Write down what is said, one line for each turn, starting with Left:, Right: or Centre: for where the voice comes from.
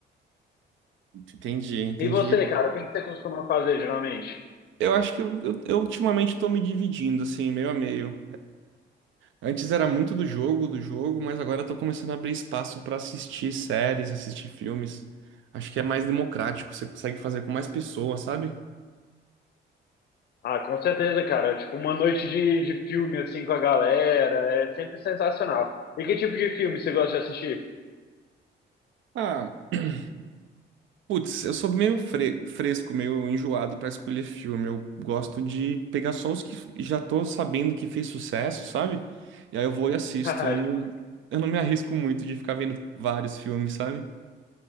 Right: Entendi, entendi.
Left: E você, cara, o que que você costuma fazer geralmente?
Right: Eu acho que eu, eu- eu ultimamente tô me dividindo, assim, meio a meio. Antes era muito do jogo, do jogo, mas agora eu tô começando a abrir espaço pra assistir séries, assistir filmes. Acho que é mais democrático, você consegue fazer com mais pessoas, sabe?
Left: Ah, com certeza, cara. Tipo, uma noite de, de filme, assim, com a galera, é sempre sensacional. E que tipo de filme você gosta de assistir?
Right: Ah, <clears throat> putz, eu sou meio fre- fresco, meio enjoado pra escolher filme. Eu gosto de pegar só os que f- já tô sabendo que fez sucesso, sabe? E aí eu vou e assisto.
Left: <laughs> Haha,
Right: Eu não,
Left: justo,
Right: eu não me arrisco muito de ficar vendo vários filmes, sabe?